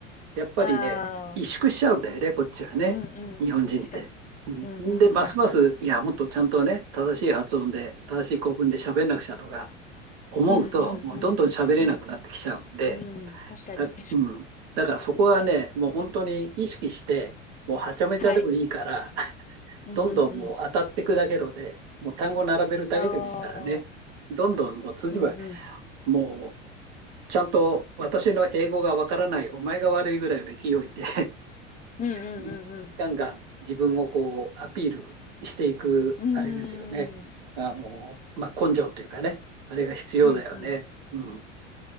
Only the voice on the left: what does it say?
ああ、
うんうん。
確かに。
うんうんうん。
うんうんうん。
うんうん。確かに。
<laughs>
はい。うんうんうん。
ああ、
うんうん。
うんうんうん
うん。
うーん。
うんうん。